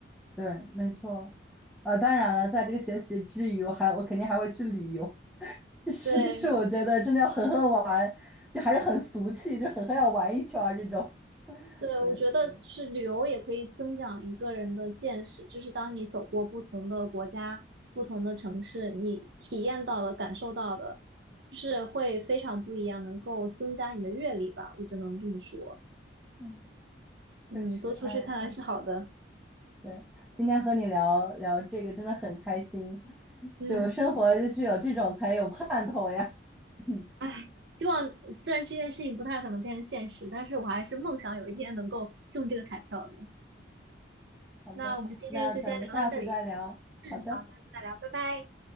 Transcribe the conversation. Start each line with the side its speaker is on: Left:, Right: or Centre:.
Centre: 对，没错。呃，当然了，在这个学习之余，我还我肯定还会去旅游，<laughs> 就是就是，
Right: 对
Centre: 我觉得真的要狠狠玩，就还是很俗气，就狠狠要玩一圈儿这种。
Right: 对，
Centre: 对，
Right: 我觉得是旅游也可以增长一个人的见识，就是当你走过不同的国家、不同的城市，你体验到的、感受到的，就是会非常不一样，能够增加你的阅历吧，我只能这么说。
Centre: 嗯，
Right: 嗯，
Centre: 确实，
Right: 多出去看看是好的。
Centre: 哎，对，今天和你聊聊这个真的很开心，
Right: 嗯。
Centre: 就生活就是有这种才有盼头呀。<laughs>
Right: 唉，希望虽然这件事情不太可能变成现实，但是我还是梦想有一天能够中这个彩票的。
Centre: 好的，
Right: 那我们今天就先聊到这里，
Centre: 那咱们下次再聊。
Right: 嗯，
Centre: 好的。
Right: 好，下次再聊，拜拜。